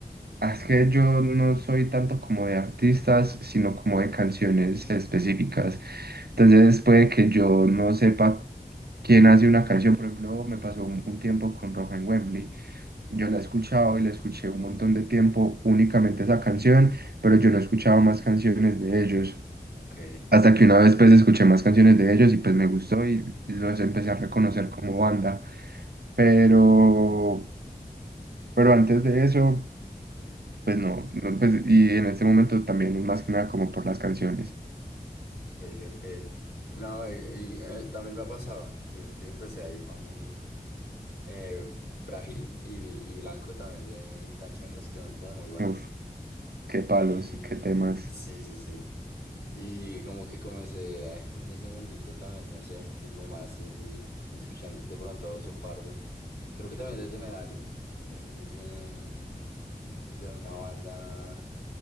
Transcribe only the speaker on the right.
ah, es que yo no soy tanto como de artistas, sino como de canciones específicas. Entonces puede que yo no sepa quién hace una canción, por ejemplo, me pasó un, un tiempo con Roja en Wembley. Yo la he escuchado y la escuché un montón de tiempo únicamente esa canción, pero yo no he escuchado más canciones de ellos.
Hasta que una vez pues escuché más canciones de ellos y pues me gustó y los empecé a reconocer como banda. Pero, pero antes de eso, pues no, no, pues, y en este momento también es más que nada como por las canciones.
Uf, qué palos,
qué temas.